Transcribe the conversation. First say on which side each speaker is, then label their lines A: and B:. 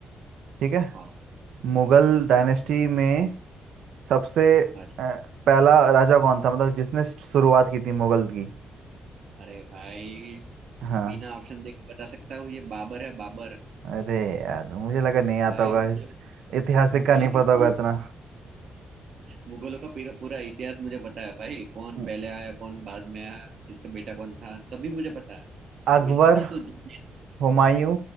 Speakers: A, on the right; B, on the right.
A: ठीक है
B: हाँ
A: मुगल
B: हम्म
A: डायनेस्टी में सबसे
B: अच्छा
A: अ, पहला राजा कौन था मतलब जिसने शुरुआत की थी मुगल की
B: अरे भाई
A: हाँ
B: बिना ऑप्शन देख के बता सकता हूँ ये बाबर है बाबर
A: अरे यार मुझे लगा नहीं आता
B: भाई
A: होगा
B: मुझे
A: इस ऐतिहासिक
B: मुगलों
A: का नहीं
B: की
A: पता
B: पूरी
A: होगा इतना
B: मुगलों का पूरा पूरा इतिहास मुझे पता है भाई कौन
A: हम्म,
B: पहले आया कौन बाद में आया इसका बेटा कौन था सभी मुझे पता है
A: अकबर
B: तो इसमें तो तू जीत नहीं सकता
A: हुमायूं